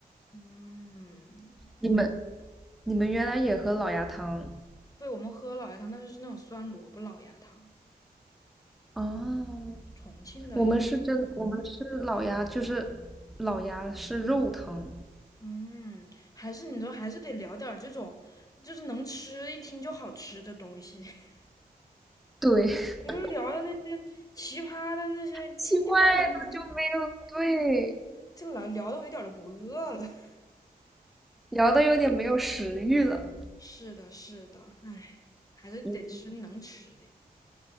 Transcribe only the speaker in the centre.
你们，你们原来也喝老鸭汤
哦？
我们是真，我们是老鸭，就是老鸭是肉汤。
对，<laughs>
奇怪的就没有，对，
聊的有点没有食欲了。
嗯，